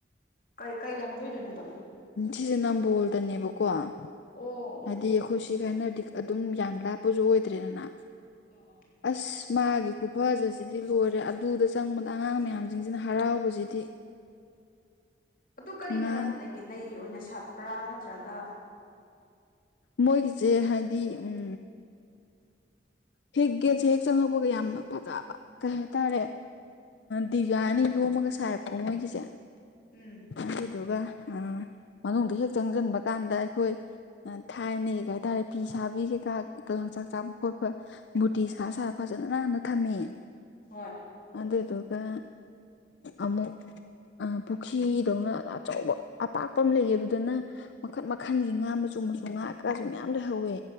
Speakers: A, on the left (about 50°); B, on the left (about 75°).
A: ꯀꯩ ꯀꯩ ꯂꯝꯗꯣꯏꯗꯣꯏꯅꯣꯗꯣ
B: ꯁꯤꯁꯦ ꯅꯝꯕꯣꯜꯗꯅꯦꯕꯀꯣ ꯍꯥꯏꯗꯤ
A: ꯑꯣ ꯑꯣ ꯑꯣ
B: ꯑꯩꯈꯣꯏ ꯁꯤ ꯀꯥꯏꯅꯔꯗꯤ ꯑꯗꯨꯝ ꯌꯥꯝ ꯂꯥꯞꯄꯁꯨ ꯑꯣꯏꯗ꯭ꯔꯦꯗꯅ
A: ꯑꯣ ꯑꯣ
B: ꯑꯁ ꯃꯥꯒꯤ ꯈꯨꯐꯖꯁꯤꯗꯤ ꯂꯣꯏꯔꯦ ꯑꯗꯨꯗ ꯆꯪꯕꯗ ꯑꯉꯥꯡ ꯃꯌꯥꯝꯁꯤꯡꯁꯤꯅ ꯍꯔꯥꯎꯕꯁꯤꯗꯤ <unintelligible>
A: ꯑꯗꯨ ꯀꯔꯤꯅ
B: ꯉꯥ
A: ꯅꯅ ꯂꯩꯒꯦ ꯂꯩ ꯑꯣꯏꯅ ꯁꯥꯠꯄ꯭ꯔꯥ ꯅꯠꯇ꯭ꯔꯒ
B: ꯃꯣꯏꯒꯤꯁꯦ ꯍꯥꯏꯗꯤ ꯎ ꯍꯦꯛ ꯒꯦꯠꯁꯦ ꯍꯦꯛ ꯆꯪꯉꯛꯄꯒ ꯌꯥꯝꯅ ꯐꯖꯕ ꯀꯩ ꯍꯥꯏꯇꯥꯔꯦ ꯗꯤꯖꯥꯏꯅ ꯌꯣꯝꯃꯒ ꯁꯥꯏꯞꯀꯣ ꯃꯣꯏꯒꯤꯁꯦ
A: ꯎꯝ
B: ꯑꯗꯨꯗꯨꯒ ꯃꯅꯨꯡꯗ ꯍꯦꯛ ꯆꯪꯁꯤꯟꯕ ꯀꯥꯟꯗ ꯑꯩꯈꯣꯏ ꯊꯥꯏꯅꯩ ꯀꯩ ꯀꯩ ꯍꯥꯏꯇꯥꯔꯦ ꯐꯤ ꯁꯥꯕꯤ ꯀꯩꯀꯥꯀ ꯂꯝꯥꯡ ꯆꯥꯛ ꯆꯥꯕ ꯈꯣꯠꯄ ꯕꯨꯣꯇꯤ ꯁꯥ ꯁꯥ ꯐꯖꯅ ꯅꯥꯟꯅ ꯊꯝꯃꯦ
A: ꯍꯣꯏ
B: ꯑꯗ ꯇꯒ ꯑꯃꯨ ꯄꯨꯈ꯭ꯔꯤꯗꯧꯅ ꯑꯆꯧꯕ ꯑꯄꯥꯛꯄ ꯑꯃ ꯂꯩꯌꯦ ꯑꯗꯨꯗꯅ ꯃꯈꯟ ꯃꯈꯟꯒꯤ ꯉꯥ ꯃ ꯆꯨꯝꯕꯁꯨ ꯉꯥꯛꯀꯁꯨ ꯃꯌꯥꯝ ꯂꯩꯍꯧꯋꯦ